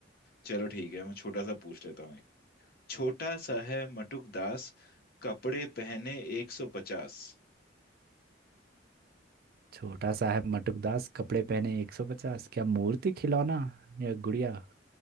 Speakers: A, on the left (about 55°); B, on the right (about 50°).
A: चलो ठीक है मैं छोटा सा पूछ लेता हूँ एक छोटा सा है मटुक दास कपड़े पहने 150
B: छोटा सा है मटुकदास कपड़े पहने एक सौ पचास क्या मूर्ति खिलौना या गुड़िया